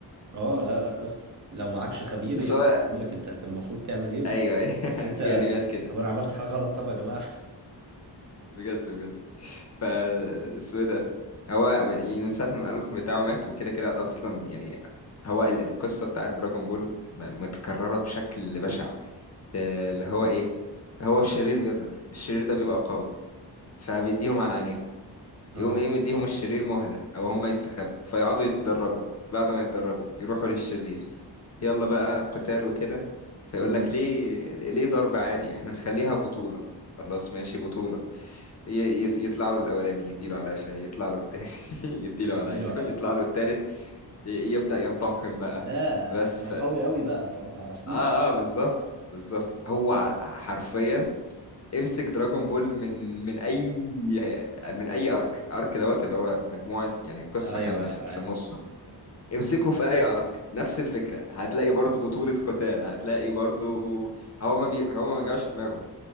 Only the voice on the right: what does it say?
اه لا لا قصة لو معكش خبير
يقدر
يقول لك انت المفروض تعمل ايه
تحس انت
طب انا عملت حاجة غلط طب يا جماعة
اه
<laughs>
أمم.
يديله
على
قفاه
لا
انا انا
قوي قوي بقى انت ما تعرفنيش
ايوه
ايوه
عارف